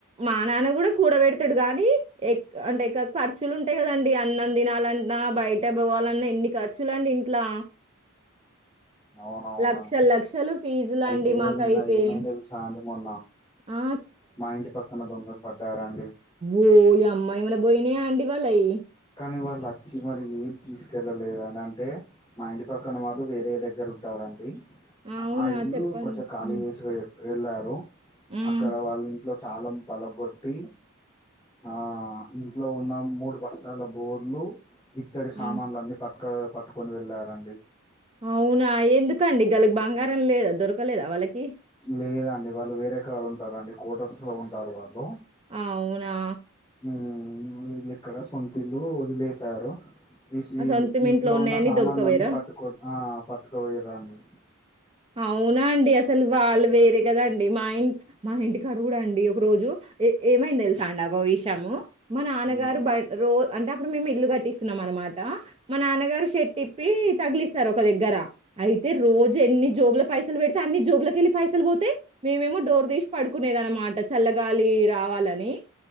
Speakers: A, on the right; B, on the left.
A: మా నాన్న కూడా కూడబెడ్తాడూ కానీ ఎ అంటే ఎక్వ ఖర్చులు ఉంటాయి కదండి అన్నం తినాలన్నా బ బైయట బోవాలన్నా ఎన్ని ఖర్చులండి ఇంట్లా
B: అవునవునా
A: లక్షలు లక్షలు ఫీజులండి
B: అయితే
A: మాకైతే.
B: నిన్న ఏమైందెల్సాండి మొన్న
A: ఆ!
B: మా ఇంటి పక్కన దొంగలు పడ్డారం
A: ఓ యమ్మా ఏమైనా బోనయాండీ వాలై
B: కానీ వాళ్ళచ్చి మరి ఏం తీస్కెల్లలేదనంటే అని ఇంటి పక్కన వాళ్ళు వేరే దగ్గర ఉంటారండి
A: అవునా?
B: ఆ ఇల్లు
A: చెప్పండి.
B: కొంచెం ఖాళీ
A: హ్మ్.
B: చేసి వె వెళ్ళారు
A: హ్మ్.
B: అక్కడ వాళ్ళింట్లో చాలా పలకొట్టి ఆ ఇంట్లో ఉన్న మూడు బస్తాల బోళ్ళు ఇత్తడి
A: ఆ!
B: సామాన్లన్నీ పట్క పట్టుకొని వెళ్ళారండి
A: అవునా ఎందుకండి గాలకి బంగారం లేదా దొరకలేదా వాళ్ళకి
B: లేదండి వాళ్ళు వేరే కాడుంటారండి కోటర్స్ లో ఉంటారు వాళ్ళు
A: అవునా
B: మ్ వీళ్ళిక్కడ సొంతిల్లు వదిలేసారు తిసీ
A: సొంతం
B: ఇంట్లో
A: ఉన్నయన్ని
B: ఉన్న సామాన్లన్ని
A: దొబకవేరా?
B: పట్టుకో ఆ పట్టుకపోయిరండి
A: అవునాండి అసలు వాళ్ళు వేరే కదండి మా ఇం మా ఇంటి కాడగుడండి రోజు ఏమైంది తెలుసాండి ఒక విషయము మా నాన్నగారు
B: ఉమ్
A: బై రోజ అంటే అప్పుడు మేము ఇల్లు కట్టిస్తున్నాం అనమా మా నాన్నగారు షర్టీప్పి తగ్లిస్తారు ఒక దగ్గర అయితే రోజు ఎన్ని జోబ్ల పైసలు పెడితే అన్ న్ని జోబ్లకెళ్ళి పైసలు పోతై మేమేమొ డోర్ తీస్ పడుకునేదమాట చల్లగాలి రావాలని